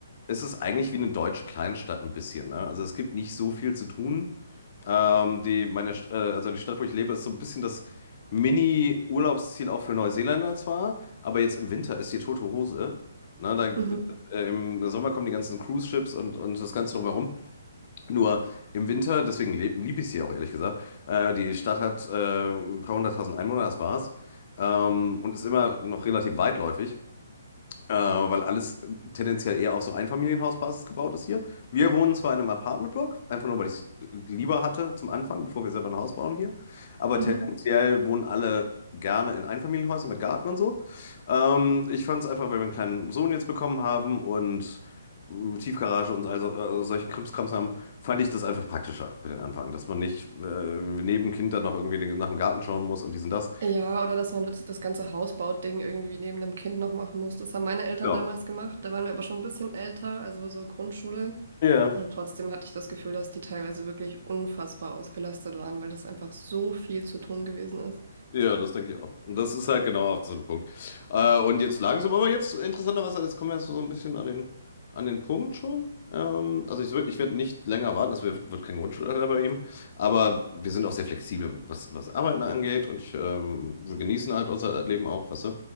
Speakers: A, on the left; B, on the right.
A: ist es eigentlich wie eine deutsche Kleinstadt ein bisschen, ne? Also es gibt nicht so viel zu tun. Ähm, die, meine, St- äh, also die Stadt, wo ich lebe, ist so ein bisschen das Mini-Urlaubsziel auch für Neuseeländer zwar, aber jetzt im Winter ist die tote Hose. Ne, da,
B: Mhm,
A: äh, im Sommer kommen die ganzen Cruise-Ships und, und das Ganze drumherum. Nur im Winter, deswegen liebe ich sie auch ehrlich gesagt. Äh, die Stadt hat äh, ein paar hunderttausend Einwohner, das war's. Ähm, und ist immer noch relativ weitläufig. Äh, weil alles tendenziell eher auf so Einfamilienhausbasis gebaut ist hier. Wir wohnen zwar in einem Apartmentblock, einfach nur, weil ich es lieber hatte zum Anfang, bevor wir selber ein Haus bauen hier. Aber
B: mhm.
A: tendenziell wohnen alle gerne in Einfamilienhäusern mit Garten und so. Ähm, ich fand es einfach, weil wir einen kleinen Sohn jetzt bekommen haben und äh, Tiefgarage und also, äh, solchen Krimskrams haben, fand ich das einfach praktischer für den Anfang, dass man nicht äh, neben Kind dann noch irgendwie nach dem Garten schauen muss und dies und das.
B: Ja, oder dass man das das ganze Hausbau-Ding irgendwie neben dem Kind noch machen muss. Das haben meine Eltern
A: Genau.
B: damals gemacht. Da waren wir aber schon ein bisschen älter, also so Grundschule.
A: Ja.
B: Und trotzdem hatte ich das Gefühl, dass die teilweise wirklich unfassbar ausgelastet waren, weil das einfach so viel zu tun gewesen ist.
A: Ja, das denke ich auch. Und das ist halt genau auch so ein Punkt. Äh, und jetzt langsam, aber jetzt interessanterweise, jetzt kommen wir jetzt so ein bisschen an den, an den Punkt schon. Ähm, also ich, wür- ich werde nicht länger warten, das wird, wird kein Grundschulalter bei ihm. Aber wir sind auch sehr flexibel, was, was Arbeiten angeht. Und ich, ähm, wir genießen halt unser Leben auch, weißt du.